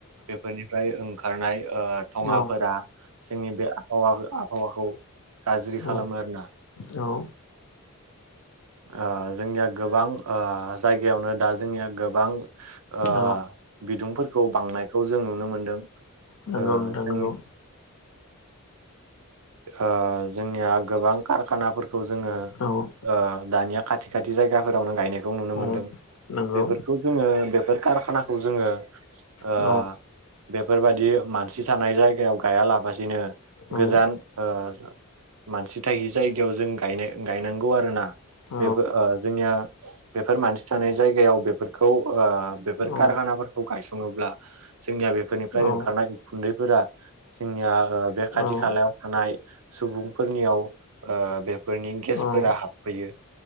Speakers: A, on the right (about 80°); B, on the left (about 80°).
A: बेफोरनिफ्राय ओंखारनाय ओ धङाफोरा
B: औ
A: जोंनि बे आबहावा आबहावाखौ गाज्रि
B: औ
A: खालामो आर ना।
B: औ
A: ओ जोंनिया गोबां जायगायावनो दा जोंनिया गोबां ओ
B: औ
A: बिदुंफोरखौ बांनायखौ जों नुनो मोनदों
B: नंगौ
A: ओ
B: नोंथां
A: जोंनि
B: नंगौ
A: ओ जोंनिया गोबां कारखानाफोरखौ जोंङो
B: औ
A: ओ दानिया खाथि खाथि जायगाफोरावनो गायनो बे खौ नुनो
B: औ
A: मोनदों
B: नंगौ
A: बेफोरखौ जोङो बेफोर कारखानाखौ जोङो ओ
B: औ
A: बेफोरबायदि मानसि थानाय जायगायाव गायालाबसिनो
B: औ
A: गोजान ओ मानसि थायि जायगायाव जों गायनांगौ आरो ना
B: औ
A: बेफोर ओ जोंनिया बेफोर मानसि थानाय जायगायाव बेफोरखौ ओ बेफोर
B: औ
A: कारखानाफोरखौ गायसङोब्ला जोंनिया बेफोरनिफ्राय
B: औ
A: ओंखारनाय उखुन्दैफोरा जोंनिया ओ बे खाथि
B: औ
A: खालायाव
B: औ
A: थानाय सुबुंफोरनियाव ओ बे फोरनि
B: नंगौ
A: गेसफोरा हाबफैयो।